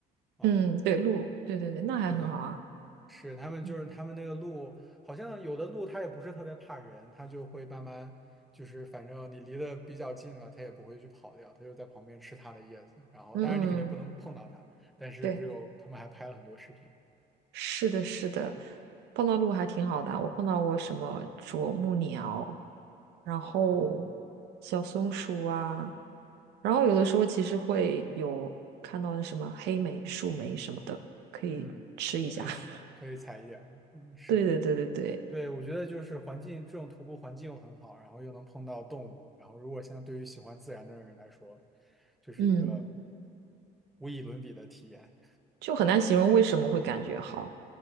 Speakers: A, in the centre; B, on the right.
A: 啊，
B: 嗯，对，鹿，对对对，那还很好啊。
A: 对，是，他们就是他们那个鹿，
B: 嗯
A: 好像有的鹿它也不是特别怕人，它就会慢慢就是，反正你离得比较近了，它也不会去跑掉，它就在旁边吃它的叶子。然后，
B: 嗯，
A: 当然你肯定不能碰到它，
B: 嗯
A: 但是这个他们还拍了很多视频。
B: 对。是的，是的，碰到鹿还挺好的啊我碰到过什么啄木鸟，然后
A: 哦，
B: 小松鼠啊，然后有的时候其实会有看到那什么黑莓、树莓什么的，可以吃一下。
A: 嗯，可以可以踩一点儿，
B: <laughs>
A: 嗯，是。
B: 对对对对对，
A: 对，我觉得就是环境，这种徒步环境又很好，然后又能碰到动物，然后如果像对于喜欢自然的人来说，就是一个
B: 嗯，
A: 无以伦比的体验。
B: 就很难形容为什么会感觉好，